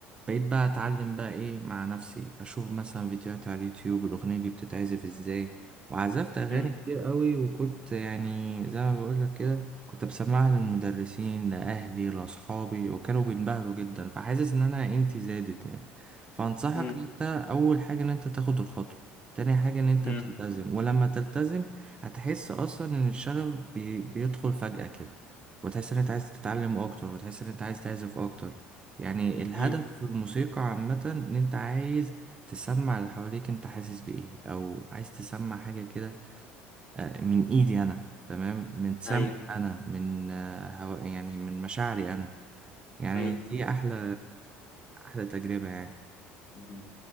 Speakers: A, on the right; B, on the left.
A: بقيت بقى اتعلم بقى ايه مع نفسي اشوف مثلا فيديوهات على اليوتيوب الاغنية دي بتتعزف ازاي وعزفت اغاني
B: مم.
A: كتير قوي وكنت يعني زي ما بقول لك كده كنت بسمعها للمدرسين لاهلي لاصحابي وكانوا بينبهروا جدا فحاسس ان انا قيمتي زادت يعني فانصحك
B: مم.
A: انت اول حاجة ان انت تاخد الخطوة تاني حاجة ان انت
B: مم.
A: تلتزم ولما تلتزم هتحس اصلا ان الشغف بي... بيدخل فجأة كده وتحس ان انت عايز تتعلم اكتر وتحس ان انت عايز تعزف اكتر يعني الهدف
B: مم.
A: في الموسيقى عامة ان انت عايز تسمع اللي حواليك انت حاسس بايه او عايز تسمع حاجة كده آه، من ايدي انا تمام من سمعي
B: ايوه
A: انا من آه، هوا يعني من مشاعري انا يعني
B: مم.
A: دي احلى احلى تجربة يعني
B: دي